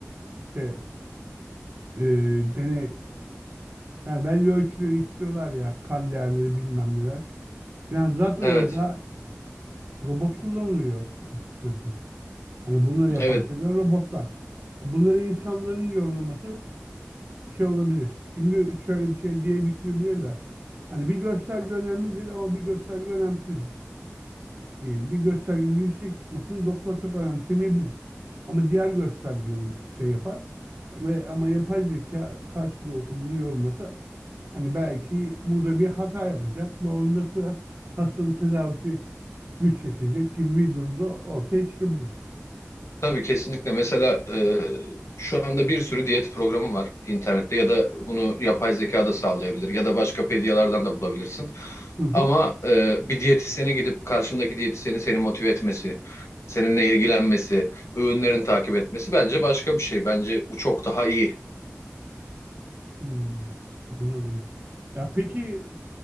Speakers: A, on the right; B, on the left.
A: işte e, deney yani belli ölçüleri istiyorlar ya kan değerleri bilmem neler. Yani zaten
B: Evet,
A: orada robot kullanılıyor açıkçası. Hani bunları yapan
B: evet.
A: şeyler robotlar. Bunları insanların yorumlaması şey olabilir. Çünkü şöyle bir şey diye düşünebilirler. Hani bir gösterge önemlidir ama bir gösterge önemsizdir diyelim. Bir göstergenin yüksek çıkmasını doktor çok önemsemeyebilir. Ama diğer gösterge şey yapar ve ama yapay zeka karşılığında olsa bunu yorumlasa Hani belki burada bir hata yapacak ve onda sonra hastanın tedavisi güçleşecek gibi bir durumda ortaya çıkabilir.
B: Tabii kesinlikle. Mesela e, şu anda bir sürü diyet programı var internette ya da bunu yapay zeka da sağlayabilir ya da başka pediyalardan da bulabilirsin.
A: Hı hı.
B: Ama e, bir diyetisyene gidip karşındaki diyetisyenin seni motive etmesi, seninle ilgilenmesi, öğünlerini takip etmesi bence başka bir şey. Bence bu çok daha iyi.
A: Hmm, anladım. Ya peki